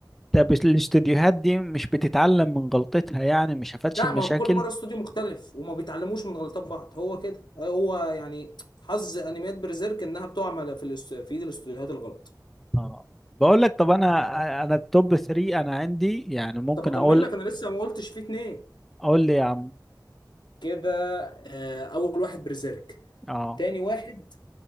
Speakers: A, in the centre; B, on the left.
A: طب الاستديوهات دي مش بتتعلم من غلطتها يعني مش شافتش
B: لا
A: المشاكل
B: ما هو كل مره استوديو مختلف وما بيتعلموش من غلطات بعض هو كده هو يعني حظ انميات برزيرك انها بتقع مع- في الاس- في ايد الاستوديوهات الغلط
A: اه بقول لك طب انا انا التوب 3 انا عندي يعني ممكن
B: طب اكمل
A: اقول
B: لك انا لسه ما قلتش فيه اتنين
A: اقول لي يا عم
B: كده آه، اول واحد برزيرك
A: اه
B: تاني واحد